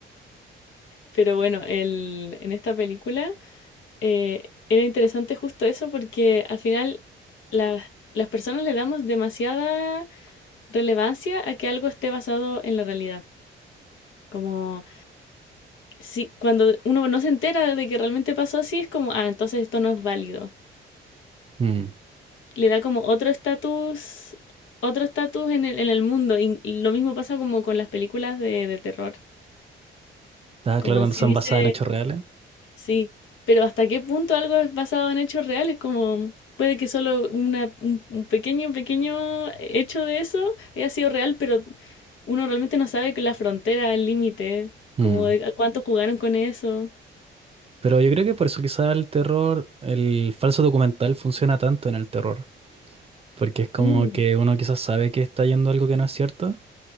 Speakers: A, on the left; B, on the right.
A: Pero bueno, el, en esta película eh, era interesante justo eso porque al final las, las personas le damos demasiada relevancia a que algo esté basado en la realidad. Como si cuando uno no se entera de que realmente pasó así, es como, ah, entonces esto no es válido.
B: Mm.
A: Le da como otro estatus, otro estatus en el, en el mundo. Y lo mismo pasa como con las películas de, de terror.
B: Ah,
A: Como
B: claro, cuando
A: si
B: son
A: dice,
B: basadas en hechos reales.
A: Sí, pero ¿hasta qué punto algo es basado en hechos reales? Como puede que solo una, un, un pequeño, pequeño hecho de eso haya sido real, pero uno realmente no sabe que la frontera, el límite,
B: Mm.
A: como de a cuánto jugaron con eso.
B: Pero yo creo que por eso quizá el terror, el falso documental funciona tanto en el terror. Porque es como
A: Mm.
B: que uno quizás sabe que está yendo algo que no es cierto,